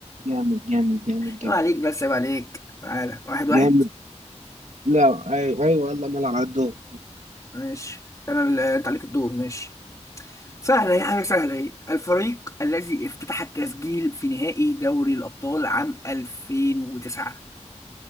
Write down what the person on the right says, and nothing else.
جامد جامد جامد
جامد
جامد لا أي- ايوه يلا نلعب على الدور